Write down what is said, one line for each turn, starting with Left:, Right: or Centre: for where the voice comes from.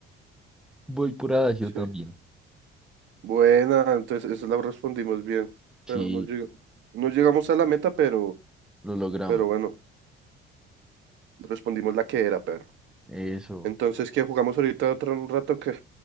Centre: Voy por Adagio también.
Right: Sí. Buena, entonces eso la respondimos bien. Pero
Centre: Sí,
Right: no, llega- no llegamos a la meta, pero,
Centre: lo logramos.
Right: pero bueno, respondimos la que era, perro.
Centre: Eso.
Right: Entonces, ¿qué jugamos ahorita otro un rato? que